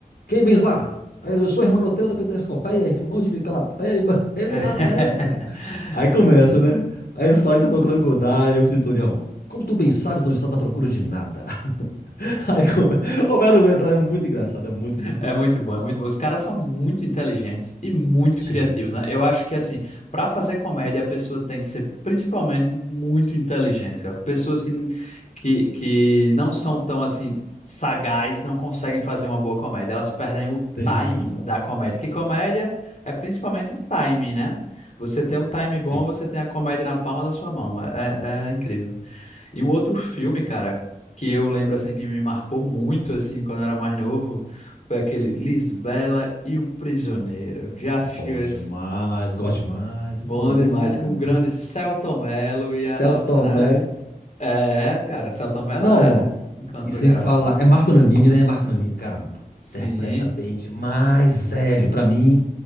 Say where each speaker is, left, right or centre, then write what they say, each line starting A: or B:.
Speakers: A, on the left (about 75°); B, on the left (about 45°).
A: Quem vens lá? Aí ele, eu sou irmão Hermanoteu da Peterscopeia, irmão de Micalateia, <laughs> ele
B: <laughs>
A: Micalateia. Aí começa, né? Aí ele fala que tá procurando Godard, e o centurião, como tu bem sabes, não estás à procura de nada. <laughs> Aí começa, o velho aguenta, <laughs> é muito engraçado, é muito, muito...
B: É, muito bom, é muito bom. Os caras são muito inteligentes e muito
A: Sim,
B: criativos, né? Eu acho que, assim, para fazer comédia, a pessoa tem que ser principalmente muito inteligente. cara. Pessoas que, que, que não são tão, assim, sagaz, não conseguem fazer uma boa comédia. Elas perdem o
A: sim,
B: time
A: não,
B: da comédia. Que comédia é principalmente time, né? Você tem um time bom,
A: sim.
B: você tem a comédia na palma da sua mão. É, é é incrível. E um outro filme, cara, que eu lembro assim que me marcou muito assim quando eu era mais novo, foi aquele Lisbela e o Prisioneiro. Já assistiu
A: Bom
B: esse?
A: demais, gosto demais,
B: Bom
A: tá doido.
B: demais, com o grande Selton Mello e a
A: Celto
B: nossa,
A: Tomé,
B: né? É, cara, Selton Mello
A: não,
B: é... encantou
A: E sem
B: gerações,
A: falar, é Marco Nanini,
B: né?
A: né? Marco Nanini, cara,
B: Sim,
A: interpreta bem demais, velho. Pra mim,